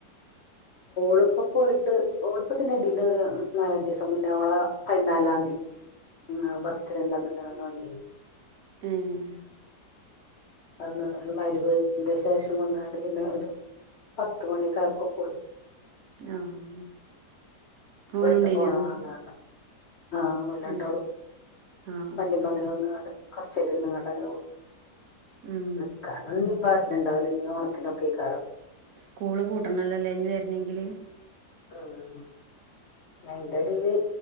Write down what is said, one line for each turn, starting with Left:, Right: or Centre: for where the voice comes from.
Left: ളുപ്പ പോയിട്ട് ളുപ്പത്തിന്റെടിൽ ഒരു നാലഞ്ചു ദിവസം മുന്നേ ഓളെ പതിനാലാംീയതി ആ ബർത്ത്േ ഉണ്ടന്നന്ന് വന്നി
Right: ഏഹ്
Left: വന്ന് ഒരു മഹ്‌രിബിന്റെ ശേഷം വന്നാണ്ട് പിന്നെ ഒരു പത്ത് മണിയൊക്കായപ്പം പോയി.
Right: ആഹ് ഉം ഓനുണ്ടേനോ
Left: വെർത പോന്നതാർണാണ്ട് ആഹ് ഓലണ്ടാളും
Right: ഏ ആ
Left: വണ്ടിമ്മ തന്നെ വന്ന് കാട്ട്. കൊറച്ചേര ഇര്ന്ന് കാണ്ടങ്ങനെ പോയി.
Right: ഉം
Left: നിക്കാ ന്നാ പിന്നിം ഇപ്പ വരല്ണ്ടാവുല്ല ഞ് ഓണത്തിനൊക്കെക്കാരം.
Right: സ്കൂള് പൂട്ടണല്ലോല്ലോ ഇഞ് വരണെങ്കില്.
Left: ആഹ് അയ്ന്റെടയില്